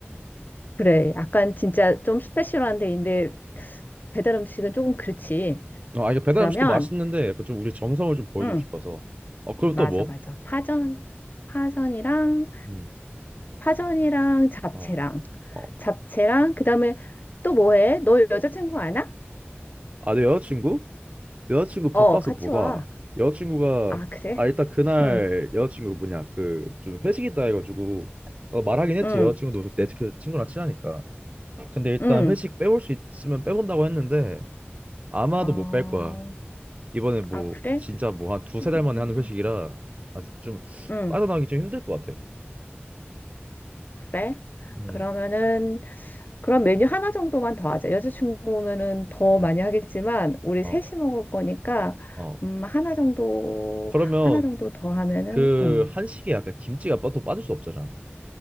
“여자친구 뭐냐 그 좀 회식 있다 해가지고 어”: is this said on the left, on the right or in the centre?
Right